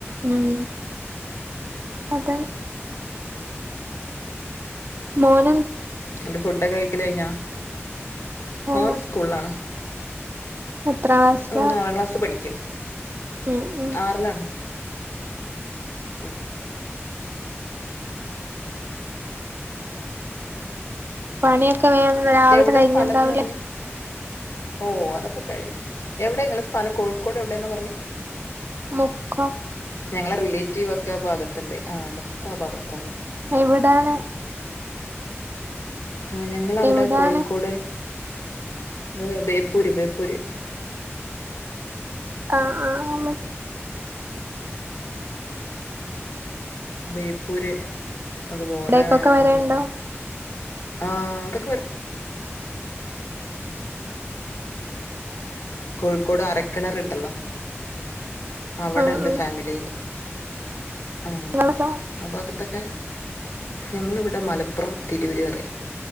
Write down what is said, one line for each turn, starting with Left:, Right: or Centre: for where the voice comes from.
Right: ഉം അതന്നെ മോന
Left: എന്റെ ഫുഡൊക്കെ കഴിക്കല കഴിഞ്ഞാ
Right: ഓ
Left: മോന സ്കൂളിലാണ്
Right: എത്രാം ക്ലാസ്സിലാ
Left: അവന ആറാം ക്ലാസ് പഠിക്കും
Right: ഉം ഉം
Left: ആറിലാണ് ഉ
Right: പണിയൊക്കെ വേന്ന് രാവിലെ
Left: എവിടെ
Right: കഴിഞ്ഞുണ്ടാവൂലേ
Left: സ്ഥലംന്ന് പറഞ്ഞ് ഓ അതൊക്കെ കഴിയും എവിടെ നിങ്ങളെ സ്ഥാനം കോഴിക്കോട് എവിടെന്ന പറഞ്ഞു
Right: മുക്ക
Left: ഞങ്ങളെ റിലേറ്റീവ് ഒക്കെ ആ ഭാഗത്തുണ്ടണ്ട് ആ്മുക്ക് ആ ഭാഗത്ത്
Right: എവിടാണ്
Left: ഞങ്ങളവിടെ
Right: എവിടാണ്
Left: കോഴിക്കോട് ഏ ബേപ്പൂര് ബേപ്പൂര്
Right: ആഹ ആഹ
Left: ഉം അ ബേപ്പൂര് അതുപോലെ
Right: അവിടേക്കൊക്കെ വരേണ്ടോ
Left: എന്താ പറയാ ആഹ് കോഴിക്കോട് അരക്കിണരുണ്ടല്ലോ അവിടെണ്ട്
Right: ആഹ് ആഹ്
Left: ഫാമിലി ആ
Right: നിങ്ങളോ
Left: അപ്പ അകത്തൊക്കെ ഞങ്ങിളി വിടെ മലപ്പുറം തിരുവരി പറ പറ